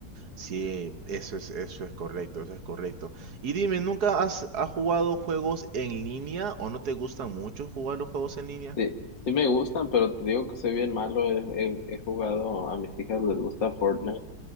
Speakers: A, on the right (about 65°); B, on the left (about 80°).
A: Sí, eso es, eso es correcto, eso es correcto. Y dime, ¿nunca has, has jugado juegos en línea o no te gusta mucho jugar los juegos en línea?
B: Sí, sí me gustan, pero te digo que soy bien malo. He, he- he jugado, a mis hijas les gusta Fortnite,